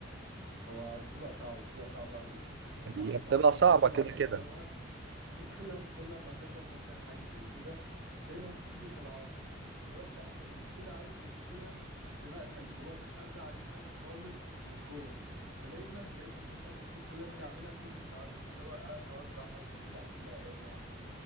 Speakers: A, on the right; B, on the right.
A: هو بتبقى صعبة بتبقى صعبة قوي يعني أنا
B: هي
A: أصلا
B: بتبقى صعبة
A: كل شوية
B: كده
A: ما
B: كده
A: أجربها ك- كل ما- كل ما أجرب مثلا حاجة زي كده دايما <laughs> بتيجي في العارضة اللي هو أنت أنت منشلها عايز تنشلها في مقتل اللي هو في أبعد حاجة خالص عن الجون فدايما دايما مثلا ك- كل ما أجي أعملها بتيجي في العارضة فاللي هو أنا خلاص بقى حظي كده أعمل لها إيه يعني